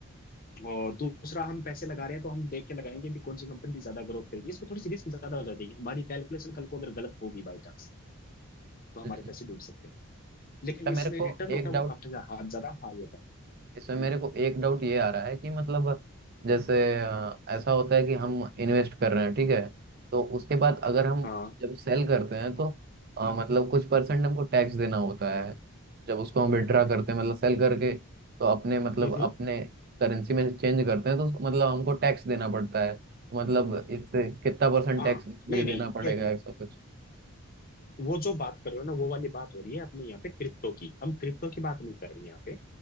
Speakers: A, on the left; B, on the right.
A: और दूसरा हम पैसे लगा रहे हैं तो हम देख के लगाएंगे भी कौन सी कंपनी ज्यादा ग्रोथ करेगी इसमें थोड़ी सी रिस्क ज्यादा हो जाती है हमारी कैलकुलेशन कल को अगर गलत होगी बाई चांस तो हमारे
B: हम्म हम्म।
A: पैसे डूब सकते हैं लेकिन
B: अच्छा
A: इसमें
B: मेरे को
A: रिटर्न होता
B: एक
A: है
B: डाउट
A: वो काफी ज्यादा हाँ, ज्यादा हाई होता है
B: इसमें मेरे
A: हम्म,
B: को एक डाउट ये आ रहा है कि मतलब जैसे अ, ऐसा होता है कि हम इन्वेस्ट कर रहे हैं ठीक है तो उसके बाद अगर हम
A: हाँ
B: जब सेल करते हैं तो अ, मतलब कुछ परसेंट हमको टैक्स देना होता है जब उसको हम विड्रा करते हैं मतलब सेल करके तो अपने मतलब
A: हम्म
B: अपने करेंसी में चेंज करते हैं तो उसको मतलब हमको टैक्स देना पड़ता है तो मतलब इससे कितना परसेंट
A: हाँ
B: टैक्स मुझे
A: नहीं
B: देना
A: नहीं
B: पड़ेगा
A: एक मिनट
B: ऐसा कुछ
A: वो जो बात कर रहे हो ना वो वाली बात हो रही है अपने यहाँ पे क्रिप्टो की हम क्रिप्टो की बात नहीं कर रहे हैं यहाँ पे